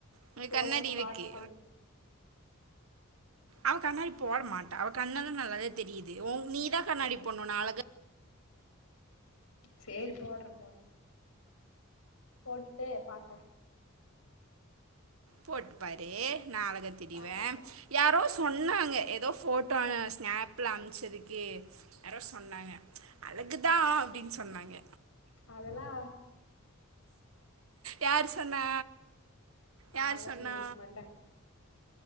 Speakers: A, on the right; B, on the left.
A: இங்க
B: போட்டுட்டு
A: கண்ணாடி இருக்கு
B: பாக்க சொல்லு
A: அவ கண்ணாடி போட மாட்டா அவ கண்ணல்லா நல்லாதா தெரியிது உ நீ தா கண்ணாடி போண்ணு நா அழகு
B: சேரி போட்ற போங் போட்டுட்டு பாக்கற
A: போட் பாரு நா அழகாத் தெரிவ
B: பாக்குறே பாக்குறே
A: யாரோ சொன்னாங்க ஏதோ ஃபோட்டா ஸ்னாப்ல அம்ச்சதுக்கு யாரோ சொன்னாங்க அழகுதா அப்டின் சொன்னாங்க
B: அதெல்லா
A: யார் சொன்னா
B: நான்லா
A: யார் சொன்னா
B: சொல்லிருக்க மாட்டே